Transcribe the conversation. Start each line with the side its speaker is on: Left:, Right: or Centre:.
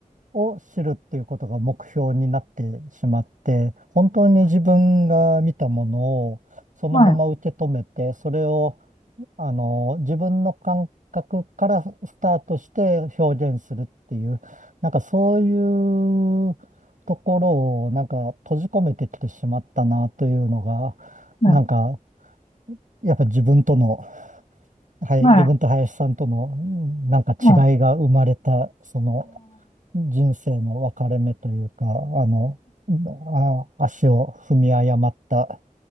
Right: を知るっていうことが目標になってしまって、本当に自分が見たものをそのまま受け止めて、
Left: は
Right: それをあの、自分の感覚からスタートして表現するっていう、なんかそういうところをなんか閉じ込めてきてしまったなというのが、
Left: い
Right: なんかやっぱ自分との、はい、
Left: は
Right: 自分と林さんとのうんなんか違いが生まれた、
Left: い
Right: その人生の分かれ目というか、あの、あ、足を踏み誤った